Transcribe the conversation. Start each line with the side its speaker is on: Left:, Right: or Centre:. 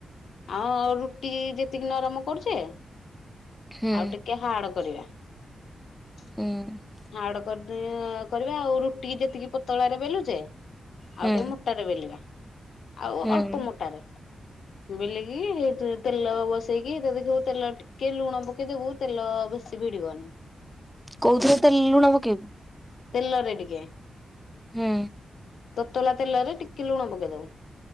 Left: <inaudible> <inaudible>
Centre: ହୁଁ <inaudible>
Left: <inaudible> <inaudible>
Centre: ହୁଁ ହୁଁ
Left: <inaudible> <inaudible>
Centre: କୋଉଥିରେ ତେ ଲୁଣ ପକେଇବୁ?
Left: ତେଲରେ ଟିକେ।
Centre: ହୁଁ।
Left: ତତଲା ତେଲରେ ଟିକେ ଲୁଣ ପକେଇଦବୁ